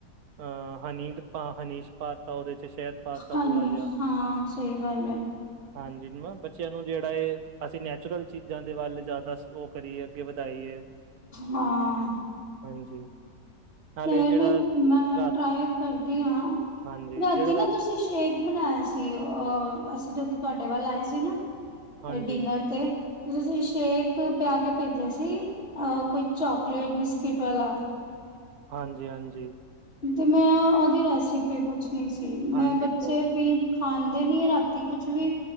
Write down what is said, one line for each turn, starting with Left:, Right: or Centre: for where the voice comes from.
Right: ਅ ਹਨੀਡ ਪਾ ਹਨੀਸ਼ ਪਾ ਤਾ ਉਹਦੇ ਚ ਸ਼ਹਿਦ ਪਾਤਾ
Left: ਹਨੀ,
Right: ਥੋੜਾ ਜਿਹਾ
Left: ਹਾਂ ਸਹੀ ਗੱਲ ਏ।
Right: ਹਾਂਜੀ ਨੂੰ ਐ ਬ ਬੱਚਿਆਂ ਨੂੰ ਜਿਹੜਾ ਐ ਅਸੀਂ ਨੈਚੁਰਲ ਚੀਜ਼ਾਂ ਦੇ ਵੱਲ ਜ਼ਿਆਦਾ ਉਹ ਕਰੀਏ ਅੱਗੇ ਵਧਾਈਏ।
Left: ਹਾਂ।
Right: ਹਾਂਜੀ। ਨਾਲੇ
Left: ਫੇਰ ਨਹੀਂ
Right: ਜਿਹੜਾ
Left: ਮੈਂ
Right: ਰਾਤ
Left: ਟਰਾਈ ਕਰਦੀ ਆਂ,
Right: ਹਾਂਜੀ
Left: ਰਾਤੀ
Right: ਜਿਹੜਾ
Left: ਨਾ
Right: ਰਾਤ
Left: ਤੁਸੀਂ ਸ਼ੇਕ ਬਨਾਇਆ ਸੀ ਅਹ ਅਸੀਂ ਜਦੋਂ ਤੁਹਾਡੇ ਵੱਲ ਆਏ ਸੀ ਨਾ
Right: ਹਾਂਜੀ
Left: ਡਿਨਰ ਤੇ ਤੁਸੀਂ ਸ਼ੇਕ ਪਿਆ ਕੇ ਭੇਜਿਆ ਸੀ ਅ ਕੋਈ ਚੋਕਲੇਟ ਬਿਸਕਿਟ ਵਾਲਾ।
Right: ਹਾਂਜੀ-ਹਾਂਜੀ।
Left: ਤੇ ਮੈਂ ਉਹਦੀ ਰੈਸਿਪੀ ਪੁੱਛਣੀ ਸੀ, ਮੈਂ
Right: ਹਾਂਜੀ
Left: ਬੱਚੇ
Right: ਉਹ
Left: ਪੀਨ ਖਾਂਦੇ ਨੀ ਰਾਤੀ ਕੁਛ ਵੀ।